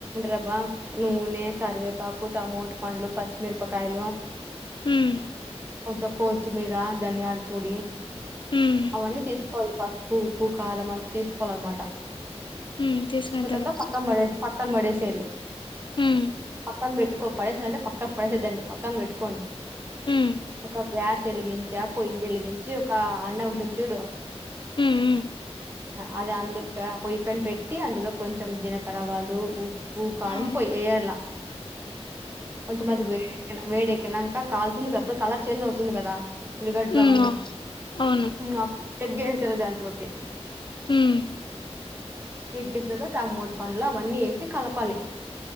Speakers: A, on the right; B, on the left.
A: రబ్బా నూనె కరివేపాకు టమోట పండ్లు పచ్చిమిరపకాయలు
B: మ్మ్
A: కొంత కొత్తిమీర ధనియాల పొడి
B: ఉమ్
A: అవన్నీ తీసుకోవాలి పసుపు ఉప్పు కారం అంతా తీసుకోవాలి అన్నమాట
B: ఉమ్ తీసుకున్న
A: కుదిరితే
B: తర్వాత
A: పక్కన పడె పక్కన పడేసేయాలి
B: ఉమ్
A: పక్కన పెట్టుకో పడేసాలంటే పక్కన పడేసేద్దండి పక్కన పెట్టుకోండి
B: ఉమ్
A: ఒక గ్యాస్ వెలిగించా పొయ్యి వెలిగించి ఒక అండా ఉంటుంది చూడు
B: మ్మ్
A: అది అందు పొయ్యి పైన పెట్టి అందులో కొంచెం జీలకర్ర ఆవాలు ఉప్పు కారం
B: ఆ
A: పోయి ఎయాలా
B: <inaudible>
A: కొంచెం అది వేడెక్కిన వేడెక్కినాంకా కాల్తుంది కదా అప్పుడు కలర్ చేంజ్ అవుతుంది కదా ఉల్లిగడ్డలు
B: ఉమ్
A: అవన్నీ
B: ఆ అవును
A: మ్మ్ ఎగ్ యేసేయాలి దాంట్లోకి
B: ఉమ్
A: ఎగ్ ఏసినాకా టమోటాలు అవన్ని యేసి కలపాలి